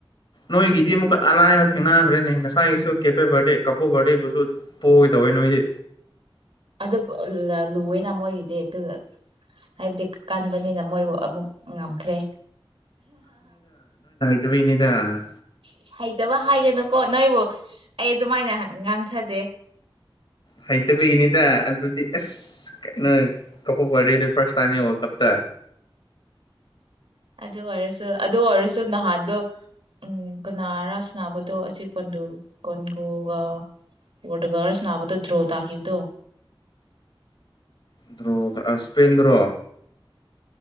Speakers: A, on the left; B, on the right.
A: ꯅꯣꯏꯒꯤꯗꯤ ꯑꯃꯨꯛ ꯑꯔꯥꯏꯕ ꯊꯦꯡꯅꯈ꯭ꯔꯦꯅꯦ ꯉꯁꯥꯏꯒꯤꯁꯨ ꯀꯦꯄꯦ ꯕꯔꯗꯦ ꯀꯄꯣ ꯕꯔꯗꯦꯕꯨꯁꯨ ꯄꯣꯒꯦ ꯇꯧꯋꯤ ꯅꯣꯏꯗꯤ
B: ꯑꯗꯨꯕꯨ ꯂꯣꯏꯅ ꯃꯣꯏꯒꯤꯗꯤ ꯍꯥꯀꯇꯥ ꯍꯥꯏꯕꯗꯤ ꯀꯟꯕꯅꯤꯅ ꯃꯣꯏꯕꯨ ꯑꯃꯨꯛ ꯉꯝꯈ꯭ꯔꯦ
A: ꯀꯔꯤꯅꯤꯗ
B: ꯏꯁ ꯏꯁ ꯍꯩꯇꯕ ꯍꯥꯏꯒꯅꯨꯀꯣ ꯅꯣꯏꯕꯨ ꯑꯩ ꯑꯗꯨꯃꯥꯏꯅ ꯉꯥꯡꯊꯗꯦ
A: ꯍꯩꯇꯕꯒꯤꯅꯤꯗ ꯑꯗꯨꯗꯤ ꯑꯁ ꯀꯩꯅꯣ ꯀꯦꯕꯣ ꯚꯔꯗꯤꯗꯤ ꯐꯥꯔꯁ ꯇꯥꯅꯤ ꯋꯥꯔꯜ ꯀꯞꯇꯥ
B: ꯑꯗꯨ ꯑꯣꯏꯔꯁꯨ ꯑꯗꯨ ꯑꯣꯏꯔꯁꯨ ꯅꯍꯥꯟꯗꯣ ꯎꯝ ꯀꯅꯥꯔꯥ ꯁꯥꯅꯕꯗꯣ ꯑꯁꯤ ꯀꯗꯨ ꯀꯣꯡꯒꯣꯒ ꯄ꯭ꯔꯣꯇꯨꯒꯜꯒ ꯁꯥꯅꯕꯗꯥ ꯗ꯭ꯔꯣ ꯇꯥꯈꯤꯕꯗꯣ
A: ꯗ꯭ꯔꯣꯗ ꯏꯁꯄꯦꯟꯗ꯭ꯔꯣ